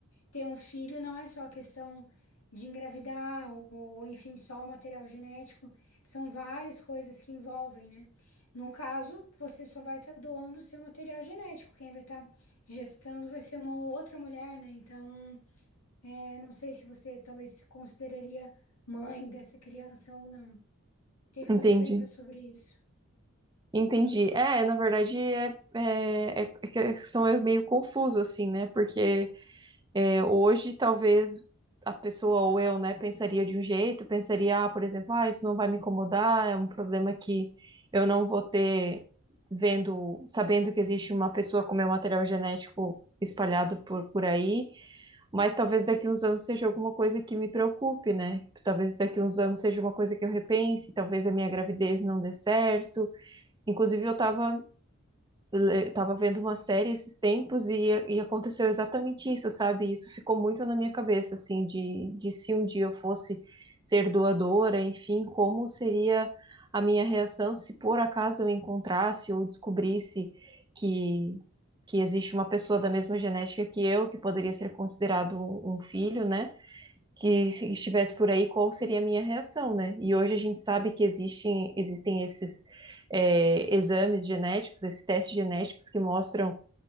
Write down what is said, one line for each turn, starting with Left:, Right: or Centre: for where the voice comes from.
Left: ter um filho não é só questão de engravidar ou, ou, enfim, só o material genético. São várias coisas que envolvem, né? No caso, você só vai estar doando o seu material genético. Quem vai estar gestando vai ser uma outra mulher, né? Então. Eu não sei se você talvez se consideraria mãe dessa criança ou não. O que que
Right: Entendi.
Left: você pensa sobre isso?
Right: Entendi. É, na verdade, é, é, é, é que a questão é meio confuso, assim, né? Porque É, hoje, talvez a pessoa ou eu, né, pensaria de um jeito, pensaria, ah, por exemplo, ah, isso não vai me incomodar, é um problema que eu não vou ter vendo, sabendo que existe uma pessoa com meu material genético espalhado por, por aí, mas talvez daqui uns anos seja alguma coisa que me preocupe, né? Talvez daqui uns anos seja uma coisa que eu repense, talvez a minha gravidez não dê certo. Inclusive, eu estava eu estava vendo uma série esses tempos e, e aconteceu exatamente isso, sabe? Isso ficou muito na minha cabeça, assim, de, de se um dia eu fosse ser doadora, enfim, como seria a minha reação se por acaso eu encontrasse ou descobrisse que, que existe uma pessoa da mesma genética que eu, que poderia ser considerado um um filho, né? que se estivesse por aí, qual seria a minha reação, né? E hoje a gente sabe que existem, existem esses é, exames genéticos, esses testes genéticos que mostram